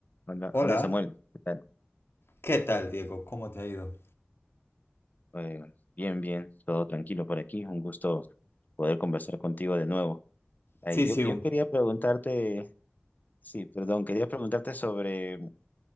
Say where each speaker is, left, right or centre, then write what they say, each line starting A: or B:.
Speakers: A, on the left; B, on the left.
A: Hola,
B: Hola,
A: hola Samuel, ¿qué tal?
B: ¿qué tal, Diego? ¿Cómo te ha ido?
A: Eh, bien, bien, todo tranquilo por aquí. Un gusto poder conversar contigo de nuevo. Ay,
B: Sí,
A: yo,
B: sí,
A: yo
B: un-
A: quería preguntarte, sí, perdón, quería preguntarte sobre